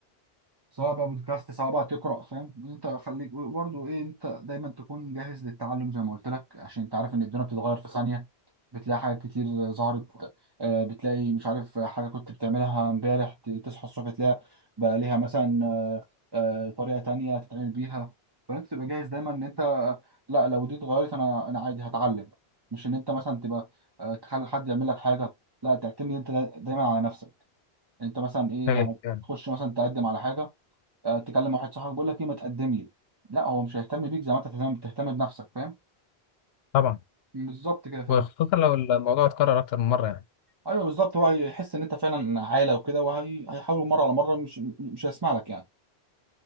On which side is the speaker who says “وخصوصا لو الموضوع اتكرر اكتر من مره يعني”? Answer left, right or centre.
Left